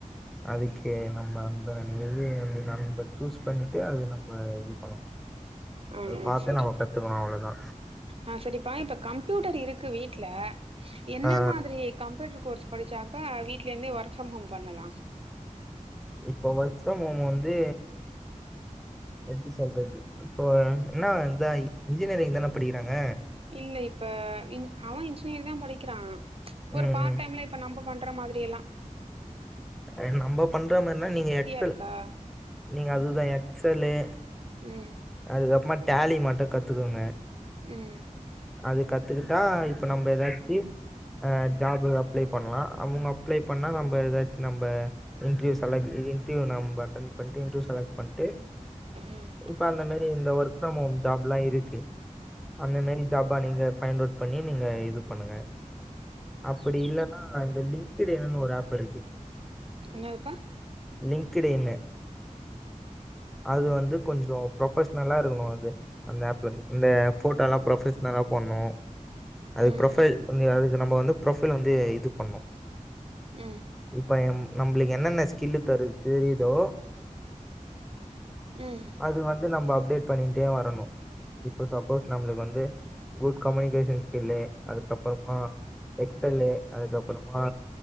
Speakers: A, in the centre; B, on the right (about 45°).
A: அதுக்கே நம்ம அந்த ந வ நம்ம சூஸ் பண்ணிட்டு அது நம்ம இது பண்ணணு
B: ஆ
A: அது பாத்து
B: சரிப்பா
A: நம்ம கத்துக்கணு அவ்ளோதா
B: ஆ சரிப்பா இப்ப கம்ப்யூட்டர் இருக் கு வீட்ல என்ன
A: ஆ
B: மாதிரி கம்ப்யூட்டரு கோர்ஸ் படிச்சாக்க வீட்ல இருந்தே ஒர்க் ஃப்ரம் ஹோம் பண்ணலாம்
A: இப்போ ஒர்க் ஃப்ரம் ஹோம் வந்து எப்டி சொல்றது இப்போ என்னான் இன்ஜினியரிங் தான படிக்கிறாங்க
B: இல்ல இப்ப அவன் இன்ஜினியரிங் தா படிக்கிறா ஒரு
A: ம்
B: பார்ட்
A: ம்
B: டைம்ல இப்ப நம்ம பண்ற மாதி டியலா
A: எ நம்ப பண்ற மார்லா நீங்க எக்ஸ் எல்
B: இருக்கா
A: நீங்க அதுதா எ சொல்லு
B: ம்
A: அதுகப்பமாட் டேலி மட்டு கத்துகுங்க
B: உம்
A: அது கத்துகுட்டா இப்ப நம்ப ஏதாச்சி அ ஜாபு அப்ளை பண்லா அவுங்க அப்ளை பண்ணா நம்ப ஏதாச்சி நம்ப இன்ட்ரிவ் செலக் இ இன்ட்ரிவ் நம்ப அடன் பண்ட்டு இன்ட்ரிவ் செலக்ட் பண்ட்டு
B: ம்
A: இப்ப அந்த மாரி ரி இந்த ஒர்க் ஃப்ரம் ஹோம் ஜாப்லா இருக்கு அந்த மாரி ஜாபா நீங்க ஃபைண்ட் அவ்ட் பண்ணி நீங்க இது பண்ணுங்க அப்புடி இல்லனா இந்த லின்க்ட் இன்னுனு ஒரு ஆப்பிருக்கு
B: என்னாதுபா
A: லிங்க்ட் இன்னு அது வந்து கொஞ்சொ ப்ரொஃபஷ்னலாருக்குணு அது அந்த ஆப்ல இந்த ஃபோட்டோலா ப்ரொஃபஷ்னலா போட்ணு அது
B: ம்
A: ப்ரொஃபைல் அதுக்கு நம்ம வந்து ப்ரொஃபைல வந்து இது பண்ணு
B: ம்
A: இப்ப எம் நம்ளுக் என்னென்ன ஸ்கில்லு தரு தெரியுதோ
B: ம்
A: அது வந்து நம்ப அப்டேட் பண்ணிட்டே வரணு இப்ப சப்போஸ் நம்ளுக் வந்து குட் கம்யூனிகேஷன் ஸ்கில்லு அதுக்கப்றொமா எக்ஸல்லு அதுக்கப்றொமா